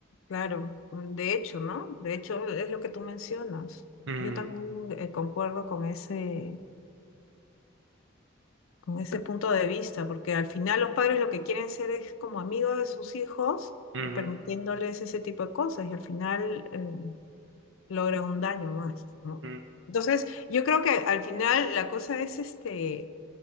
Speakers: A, on the left; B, on the right.
A: claro. De hecho, ¿no? De hecho, es lo que tú mencionas.
B: Mm,
A: Yo también eh, concuerdo con ese, con ese punto de vista, porque al final los padres lo que quieren ser es como amigos de sus hijos,
B: mm,
A: permitiéndoles ese tipo de cosas y al final eh, logran un daño más, ¿no?
B: mm,
A: Entonces, yo creo que al final la cosa es este,